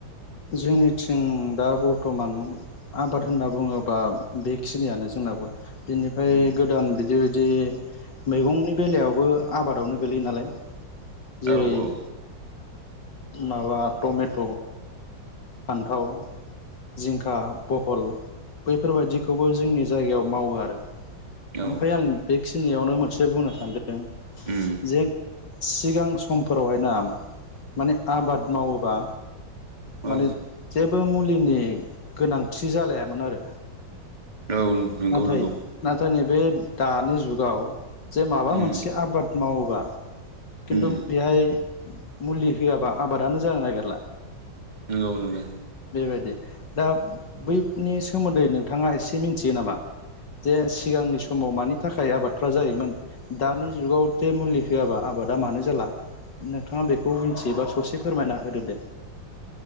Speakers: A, on the left; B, on the right.
A: जोंनिथिं दा बरथमान आबाद होनना बुङोबा बेखिनियानो जों नाबो बिनिफ्राय
B: उम
A: गोदान बिदि बादि मैगंनि बेलायावबो आबादावनो गोलैयो नालाय जेरै
B: औ औ
A: माबा टमेट फान्थाव जिंखा बहल बैफोरबायदिखौबो जोंनि जायगायाव मावो आरो।
B: औ उम औ
A: ओमफ्राय आं बेखिनियावनो मोनसे बुंनो सानदों
B: उम
A: जे सिगां समफोरावहाय ना माने आबाद मावोबा माने
B: औ
A: जेबो मुलिनि गोनांथि जालायामोन आरो।
B: औ नंगौ
A: नाथाय
B: नंगौ
A: नाथाय नै बे दानि जुगाव जे माबा
B: उम
A: मोनसे आबाद मावोबा खिन्थु
B: उम
A: बेहाय मुलि होआबा आबादानो जानो नागिरला।
B: औ नंगौ।
A: बे बायदि दा बैनि सोमोन्दै नोंथाङा एसे मिथियो नामा? जे सिगांनि समाव मानि थाखाय आबादफ्रा जायोमोन दानि जुगाव जे मुलि होआबा आबादा मानो जाला? नोंथाङा बेखौ मिथियोबा ससे फोरमायना होदो दे।